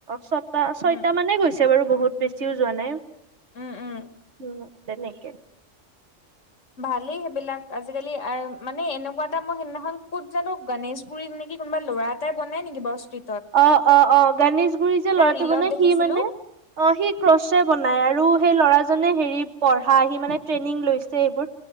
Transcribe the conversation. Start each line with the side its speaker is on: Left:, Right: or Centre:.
Right: ছটা ছয়টা
Left: উম
Right: মানে গৈছ তে বাৰু বহুত বেছিও যোৱা নাই,
Left: উম উম
Right: উম তেনেকে।
Left: ভালেই সেইবিলাক আজিকালি মানে এনেকুৱা এটা মই সেইদিনাখন ক'ত জানো গনেশপুুৰীত নেকি কোনোব ল'ৰা এটাই বনাই নেকি বছ ট্ৰি
Right: অ, অ, অ গণেশগুৰি যে ল'ৰাটো
Left: ৰিলত
Right: বনাই
Left: দেখিছিলো
Right: সি মানে অ সি ক্ৰচ বনাই আৰু সেই ল'ৰাজনে হেৰি পঢ়া সি মানে ট্ৰেইনিং লৈছে এইবোৰ।